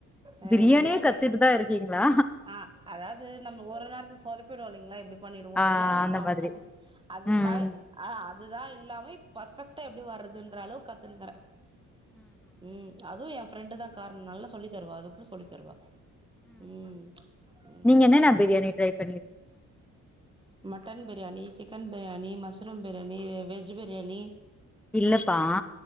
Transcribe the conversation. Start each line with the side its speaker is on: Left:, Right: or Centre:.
Right: அ
Centre: பிரியாணியே
Right: பிரியாணி
Centre: கத்துட்டு தா இருக்கீங்களா
Right: ஆ அதாவது நம்ம ஒரு நேரத்த சொதப்பிடுவோ இல்லீங்ளா எப்டி பண்ணிடுவோ
Centre: ஆ
Right: எதுனா ஒரு
Centre: அந்த
Right: ப்ராப்ளம்
Centre: மாதிரி
Right: பண்ண அதுல்லாய்
Centre: ம்
Right: ஆஹா அதுதா எல்லாமே பர்ஃபெக்டா எப்டி வர்றதுன்றளவுக் கத்துனுக்ற ம் அதுவு எ ஃப்ரெண்டு தா காரண் நல்லா சொல்லி தருவா அது கூட சொல்லி தருவா ம் ம்
Centre: நீங்க என்னென்ன பிரியாணி ட்ரை பண்ணி
Right: mutton biryani chicken biryani mushroom biryani அ வெஜ் பிரியாணி
Centre: இல்லப்பா